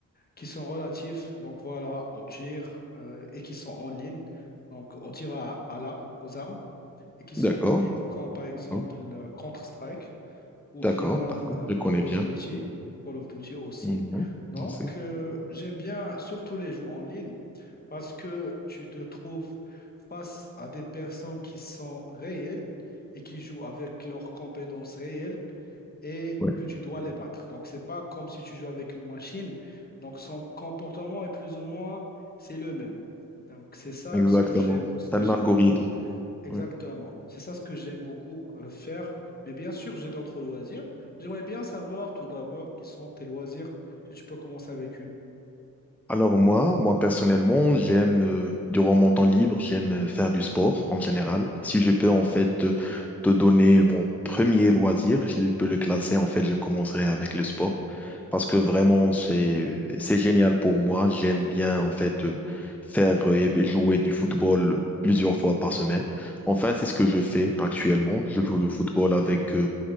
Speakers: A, on the left; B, in the centre.
A: qui sont relatifs, donc voilà, au tir euh, et qui sont en ligne, donc au tir à, à l'arme, aux armes et qui sont
B: D'accord,
A: en ligne, comme par exemple
B: d'accord,
A: euh, Counter-Strike. ou
B: d'accord,
A: bien
B: d'accord,
A: euh,
B: je connais
A: Call
B: bien.
A: of Duty, Call of Duty aussi.
B: Mhm,
A: Donc,
B: on sait.
A: euh, j'aime bien surtout les jeux en ligne parce que tu te trouves face à des personnes qui sont réelles et qui jouent avec leurs compétences réelles et
B: Ouais,
A: que tu dois les battre. Donc, c'est pas comme si tu joues avec une machine. Donc, son comportement est plus ou moins, c'est le même. Donc, c'est ça
B: exactement.
A: ce que j'aime, ce
B: C'est
A: que
B: un
A: j'aime
B: algorithme.
A: beaucoup. Exactement.
B: Oui.
A: C'est ça ce que j'aime beaucoup euh, faire. Mais bien sûr, j'ai d'autres loisirs. J'aimerais bien savoir tout d'abord quels sont tes loisirs, si tu peux commencer avec une.
B: Alors moi, moi personnellement, j'aime, euh, durant mon temps libre, j'aime euh, faire du sport en général. Si je peux en fait te, te donner mon premier loisir, si je peux le classer, en fait, je commencerai avec le sport. Parce que vraiment, c'est, c'est génial pour moi. J'aime bien en fait euh, faire euh, et jouer du football plusieurs fois par semaine. Enfin, c'est ce que je fais actuellement. Je
A: Mhm,
B: joue le football avec, euh,